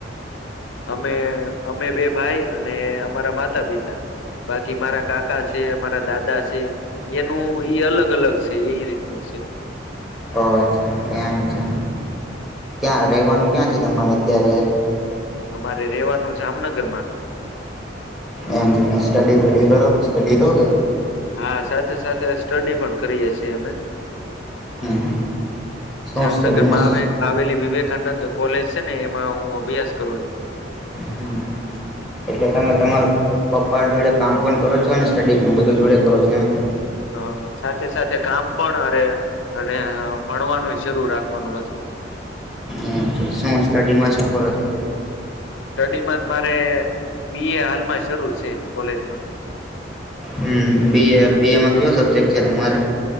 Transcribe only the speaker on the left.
અમે અમે બે ભાઈ અને અમારા માતા પિતા બાકી મારા કાકા છે, મારા દાદા છે એનું અલગ અલગ છે એ રીતનું છે.
અમારે રેવાનું જામનગરમાં.
હા સાથે સાથે સ્ટડી પણ કરીએ છીએ અમે.
જામનગર
માં આવે આવેલી વિવેક વિવેકાનંદ કોલેજ છે ને, એમાં હું અભ્યાસ કરું છું.
હ સાથે સાથે કામ પણ અરે અને ભણવાનું શરૂ રાખવાનું હશે.
સ્ટડીમાં જ મારે બી એ હાલમાં શરૂ છે કોલેજમાં.